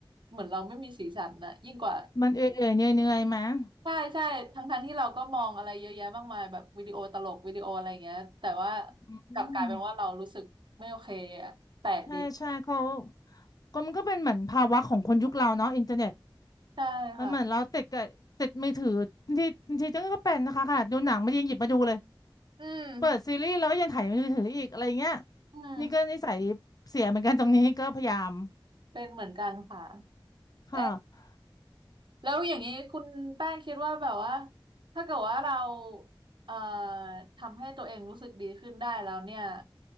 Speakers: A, on the right; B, on the left.
A: เหมือนเราไม่มีสีสันนะยิ่งกว่า
B: มันเอื่อยๆเหนื่อยๆมั้ย
A: ใช่ใช่ทั้งๆที่เราก็มองอะไรเยอะแยะมากมายแบบวิดีโอตลกวิดีโออะไรอย่างเงี้ยแต่ว่า
B: อืม
A: กลับกลายเป็นว่าเรารู้สึกไม่โอเคอะแปลกดี
B: ใช่ใช่เขาก็มันก็เป็นเหมือนภาวะของคนยุคเราเนาะอินเทอร์เน็ต
A: ใช่ค่ะ
B: มันเหมือนเราติดกับติดมือถือที่ที่จังก็เป็นนะคะค่ะดูหนังมันยังหยิบมาดูเลย
A: อื
B: เปิดซีรีส์เราก็ยังถ่ายมือถืออีกอะไรเงี้ย
A: มอืม
B: นี่ก็นิสัยเสียเหมือนกันตรงนี้ก็พยายาม
A: เป็นเหมือนกันค่ะ
B: ค่ะ
A: เอ๊ะ แล้วอย่างนี้คุณแป้งคิดว่าแบบว่าถ้าเกิดว่าเราเอ่อทำให้ตัวเองรู้สึกดีขึ้นได้แล้วเนี่ย